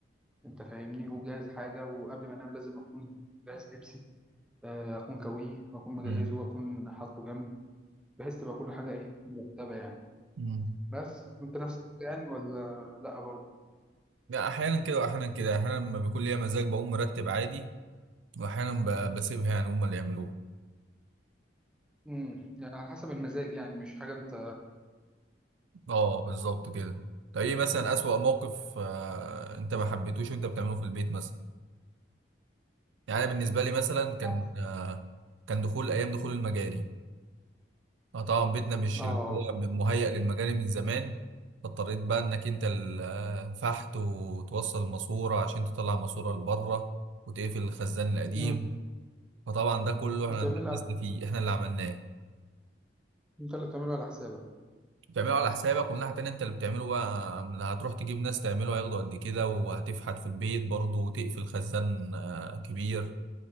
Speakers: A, in the centre; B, on the right.
A: انت فاهمني وجاهز حاجه وقبل ما انام لازم اكون جاهز لبسي آه، اكون كويه واكون مجهزه
B: مم.
A: واكون حاطه جنبي بحيث تبقى كل حاجه ايه مرتبه يعني
B: مم.
A: بس وانت نفس الحاجة يعني ولا لا برضه
B: لا احيانا كده واحيانا كده احيانا لما بيكون ليا مزاج بقوم مرتب عادي واحيانا ب- بسيبها يعني هم اللي يعملوه
A: امم يعني على حسب المزاج يعني مش حاجه انت
B: اه بالظبط كده طب ايه مثلا اسوأ موقف آه انت ما حبيتوش وانت بتعمله في البيت مثلا يعني أنا بالنسبه لي مثلا كان
A: موقف
B: آه كان دخول ايام دخول المجاري اه طبعا بيتنا مش
A: اه
B: اللي هو مهيأ للمجاري من زمان فاضطريت بقى انك انت الفحت وتوصل ماسوره عشان تطلع ماسوره لبره وتقفل الخزان القديم
A: امم
B: فطبعا ده كله احنا
A: بتعملها
B: اتدبسنا
A: على...
B: فيه احنا اللي عملناه
A: انت اللي بتعمله على حسابك
B: بتعمله على حسابك ومن ناحية تانية انت اللي بتعمله بقى من- هتروح تجيب ناس تعمله هياخدوا قد كده وهتفحت في البيت برضه وتقفل خزان آه، كبير